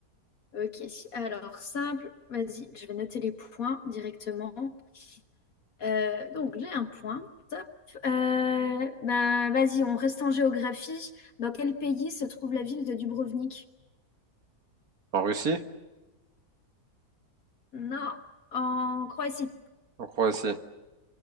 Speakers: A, on the left; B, on the right.
A: Ok, alors simple, vas-y, je vais noter les points directement. Euh, donc j'ai un point, top. Euh, bah, vas-y, on reste en géographie. Dans quel pays se trouve la ville de Dubrovnik?
B: En Russie?
A: Non, en Croatie.
B: En Croatie.